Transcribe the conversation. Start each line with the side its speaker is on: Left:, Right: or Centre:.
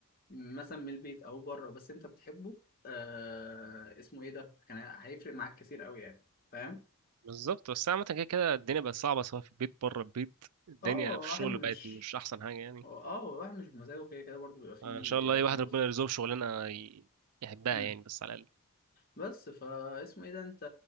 Left: مثلا من البيت او بره بس انت بتحبه آه اسمه ايه ده كان هيفرق معاك كتير قوي يعني فاهم
Right: بالظبط بس عامه كده كده الدنيا بقت صعبه سواء في البيت بره البيت الدنيا
Left: اه واحد
Right: في الشغل
Left: مش
Right: بقت مش احسن حاجه يعني
Left: اه واحد مش بمزاجه كده كده برضه بيبقى فيه
Right: ان شاء الله اي
Left: ظروف
Right: واحد ربنا يرزقه بشغلانه ي... يحبها
Left: مم.
Right: يعني بس على الاقل
Left: بس فا اسمه ايه ده انت